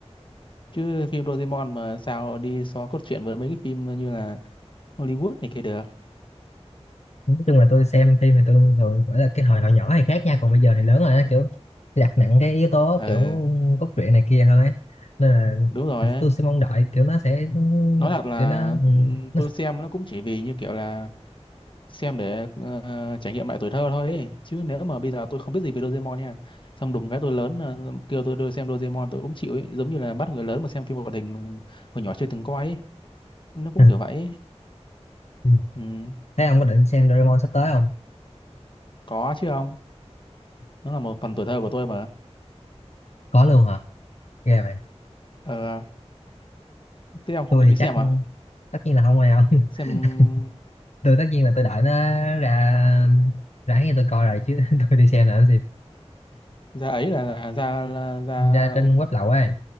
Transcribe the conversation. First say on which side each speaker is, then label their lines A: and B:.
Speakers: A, on the left; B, on the left.
A: chứ phim Doraemon mà sao đi so cốt truyện với mấy cái phim như là Hollywood này kia được
B: nói chung là tôi xem phim thì tôi thường gọi là cái hồi hồi nhỏ thì khác nha còn bây giờ thì lớn rồi á kiểu đặt nặng cái yếu tố
A: ờ
B: kiểu cốt truyện này kia hơn ấy nên là
A: đúng rồi ấy.
B: tôi sẽ mong đợi kiểu nó sẽ
A: nói thật là
B: kiểu nó ừ,
A: ừm, tôi
B: nó sẽ...
A: xem nó cũng chỉ vì như kiểu là xem để ờ, trải nghiệm lại tuổi thơ thôi ấy. chứ nếu mà bây giờ tôi không biết gì về Doraemon nha xong đùng cái tôi lớn ờ, kêu tôi đưa xem Doraemon tôi cũng chịu ấy giống như là bắt người lớn mà xem phim hoạt hình mình hồi nhỏ chưa từng coi ấy nó cũng
B: <laughs>
A: kiểu vậy ấy.
B: Ừ.
A: ừ.
B: thế ông có định xem Doraemon sắp tới không
A: có chứ ông? nó là một phần tuổi thơ của tôi mà
B: có luôn hả ghê vậy
A: ờ thế ông không
B: tôi
A: định
B: thì
A: đi xem
B: chắc
A: à
B: tất nhiên là không ai không
A: xem
B: <laughs> tôi tất nhiên là tôi đợi nó ra ráng như tôi coi rồi chứ <laughs> tôi đi xem là làm gì
A: ra ấy là là ra là, ra
B: ra trên web lậu ấy